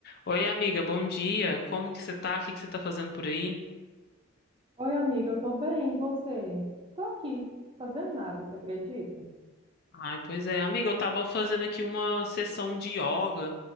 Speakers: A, on the left; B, on the right.
A: Oi, amiga, bom dia. Como que você tá? O que que você tá fazendo por aí?
B: Oi, amiga, eu tô bem, e você? Tô aqui, fazendo nada, você acredita?
A: Ai, pois é, amiga, eu tava fazendo aqui uma sessão de yoga,